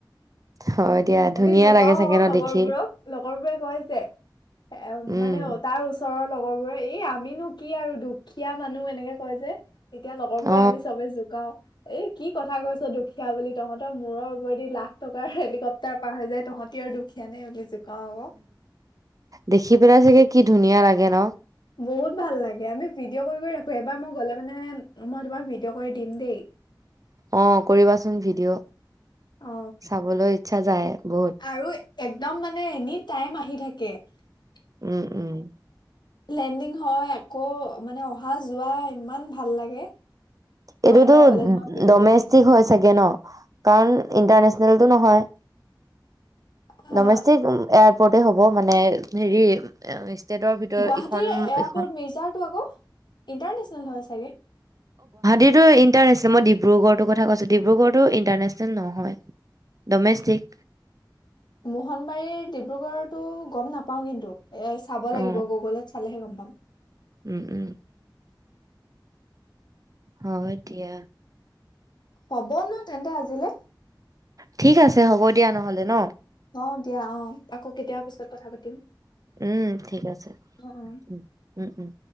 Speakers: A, on the right; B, on the left.
A: হয় দিয়া
B: আমি
A: ধুনীয়া
B: জোকাও
A: লাগে চাগে
B: আকৌ
A: ন
B: লগৰ
A: দেখি
B: বোৰক লগৰ বোৰে কৈ যে এ
A: উম
B: মানে তাৰ ওচৰৰ লগত। লগৰবোৰে এই আমিনো কি আৰু দুখীয়া মানুহ এনেকে কয় যে। এতিয়া লগৰবোৰ
A: অ
B: আমি চবে জোকাও। এই কি কথা কৈছ। দুখীয়া বুলি তহঁতৰ মূৰ ওপৰেদি লাখ টকাৰ হেলিকপটাৰ। তা পাৰ হৈ যায় তহঁতি আৰু দুখীয়া নে। জোকাও আকৌ
A: দেখি পেলাই চাগেই। কি ধুনীয়া লাগে ন।
B: বহুত ভাল লাগে আমি ভিডিঅ' কৰি কৰি ৰাখোঁ এবাৰ মই গ'লে মানে মই তোমাক ভিডিঅ' কৰি দিম দেই।
A: অ কৰিবাচোন ভিডিঅ'
B: অ
A: চাবলৈ। ইচ্ছা যায়। বহুত
B: আৰু একদম মানে এনি টাই আহি থাকে। কে
A: উম উম
B: লেণ্ডিং হয় আকৌ মানে আহা যোৱা ইমান ভাল লাগে।
A: এইটোতো
B: মই এবাৰ গ'লে তোমাক ভিডিঅ'
A: ডমেষ্টিক
B: কৰি দিম।
A: হৈ চাগে ন কাৰণ ইণ্টাৰনেচনেলতটো নহয়।
B: অ'
A: ডমেচটিক ওপৰতে হ'ব মানে হেৰি ষ্টেটৰ ভিতৰত
B: গুৱাহাটীৰ
A: ইখন
B: এয়াৰপৰ্ট
A: ইখন
B: মিজাৰ তো আকৌ ইন্টাৰনেচনেল হয় চাগে।
A: এটো ইটাৰনেচনেল মই ডিব্ৰুগড়ৰ কথা কৈছোঁ ডিব্ৰুগড়তো ইণ্টাৰনেচনেল নহয় ডমেচষ্টিক।
B: মোহনবাৰীৰ ডিব্ৰুগড়তো গম নাপাওঁ কিন্তু। এ চাব লাগিব
A: অ
B: গুগলত চালেহে গম পাম।
A: উম উম হয় এতিয়া।
B: হ'ব ন তেন্তে আজিলে।
A: ঠিক আছে হ'ব দিয়া নহ'লে ন।
B: অ দিয়া অ আকৌ কেতিয়াবা পিছত কথা পাতিম।
A: উম ঠিক আছে
B: অ' অ'।
A: উ উম উম।